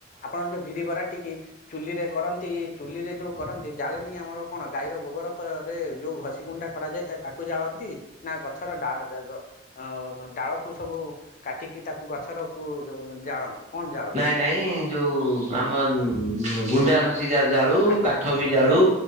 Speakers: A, on the left (about 45°); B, on the right (about 40°).
A: ଆପଣ ଯୋଉ ବିରିି ବରା ଟିକି ଚୁଲିରେ କରନ୍ତି ଚୁଲିରେ ଯୋଉ କରନ୍ତି ଜାଳେନୀ ଆମର କଣ ଗାଈର ଗୋବର ଖ ରେ ଯୋଉ ଘଷି ଗୁଣ୍ଡା କରାଯାଏ। ତା ତାକୁ ଜାଳନ୍ତି ନା ଗଛର ଡାଳ ଯ ଗ ଅ ଡାଳକୁ ସବୁ କାଟିକି ତାକୁ ଗଛର କୁ ଜାଳନ୍ତି କଣ ଜାଳ
B: ନାଇଁ ନାଇଁ ଯୋଉ ଆମ ଗୁଣ୍ଡା ଘସି ସେ ଯା ଜାଳୁ
A: ଆଜ୍ଞା
B: କାଠ
A: ନିଶ୍ଚିନ୍ତ
B: ବି ଜାଳୁ